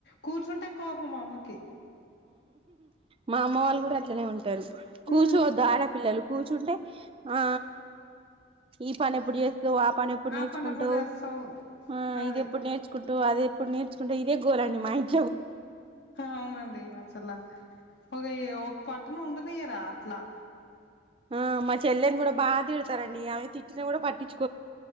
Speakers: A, on the left; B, on the right.
A: కూర్చుంటే కోపం అమ్మకి
B: మా అమ్మ వాళ్ళు కూడా అట్లనే ఉంటారు కూచో
A: ఆ
B: వద్దు ఆడపిల్లలు కూర్చుంటే ఆ ఈ పని ఎప్పుడు చేస్తావు ఆ పని ఎప్పుడు నేర్చుకుంటావు
A: పని ఎప్పుడు చేస్తావు
B: ఆ
A: అది
B: ఇది ఎప్పుడు నేర్చుకుంటు అద ఎప్పుడు నేర్చుకుంట ఇదే గోల్ అండి మా ఇంటి
A: అవునండి అసలా ఒక ఒక పట్ను ఉండదియరా అట్లా
B: ఆ మా చెల్లెని కూడా బా తిడతారండి ఆమె తిట్టిని కూడా పట్టిచు